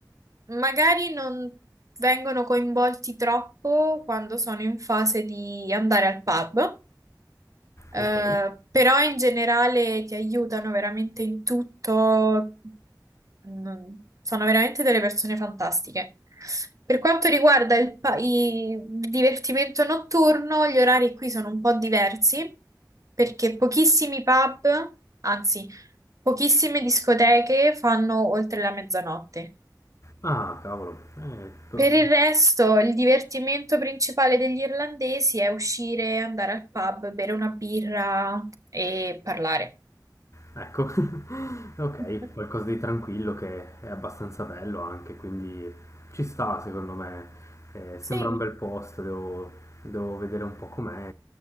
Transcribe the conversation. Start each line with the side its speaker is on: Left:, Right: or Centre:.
Right: magari non vengono coinvolti troppo quando sono in fase di andare al pub, eh,
Left: ok.
Right: però in generale ti aiutano veramente in tutto. Non- Sono veramente delle persone fantastiche. Per quanto riguarda il, pa- i- il divertimento notturno, gli orari qui sono un po' diversi perché pochissimi pub, anzi, pochissime discoteche fanno oltre la mezzanotte.
Left: Ah, cavolo. Eh, to-
Right: Per il resto, il divertimento principale degli irlandesi è uscire, andare al pub, bere una birra e parlare.
Left: Ecco, <laughs> ok,
Right: <laughs>
Left: qualcosa di tranquillo che è abbastanza bello anche, quindi ci sta secondo me. Eh, sembra
Right: Sì.
Left: un bel posto, devo, devo vedere un po' com'è